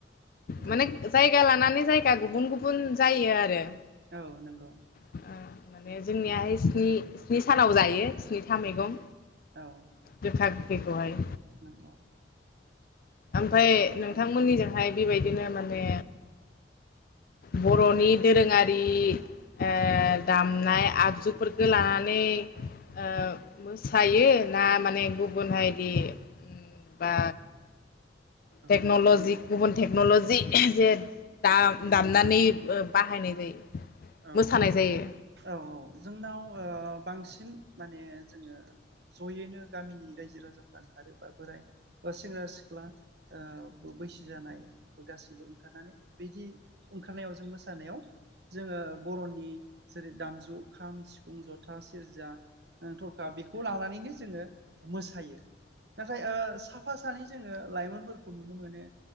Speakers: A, on the right; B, on the left.
A: बेबायदि
B: माने
A: आरो
B: जायगा
A: जों।
B: लानानै जायगा गुबुन गुबुन जायो आरो।
A: औ नंगौ।
B: ओ माने जोंनि
A: माखा
B: आइसनि स्नि सानाव जायो स्निथा मैगं।
A: औ
B: गोखा गोखैखौहाय।
A: नंगौ
B: ओमफाय नोंथांमोननिजोंहाय बेबायदिनो माने बर'नि दोरोङारि ओ दामनाय आगजुफोरखो लानानै ओ मोसायो ना माने गुबुन हायदि ओम बा
A: औ
B: टेक्न'लजि गुबुन टेक्न'लजि जे दा साननानै ओ बाहायनाय जायो।
A: औ औ
B: मोसानाय जायो
A: औ जोंनाव ओ बांसिन माने जोङो ज'यैनो गामिनि रायजो राजाफ्रा ओंखारो बा बोराय बा सेंग्रा सिख्ला ओ बैसो जानाय गासैबो ओंखारनानै बिदि ओंखारनायाव जों मोसानायाव जोङो बर'नि जेरै दामजु खाम सिफुं जथा सेरजा ओ थरखा बेखौ लानानैनो जोङो मोसायो नाथाय ओ साफा सानै जोङो लाइमोनफोरखौ नुनो मोनो